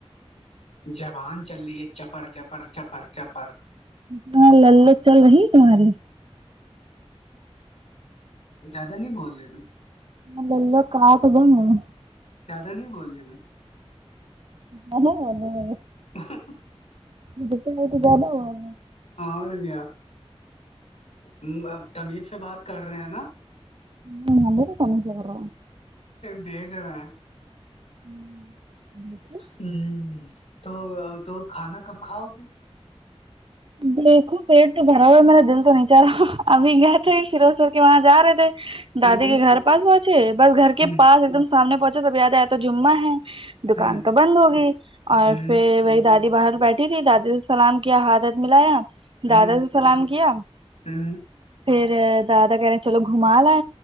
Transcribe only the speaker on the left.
زبان چل رہی ہے چپڑ چپڑ چپڑ چپڑ
زیادہ نہیں بول رہے ت
زیادہ نہیں بول رہے ت
ہ ہ ہں
اور کیا ام تمیز سے بات کر رہے ہیں نا
دیکھ رہے ہیں
ہوں تو تو کھانا کب کھاؤگی
ہ
ہ
ہ
ہ ہ
ہ
ہ ہ ہ ہ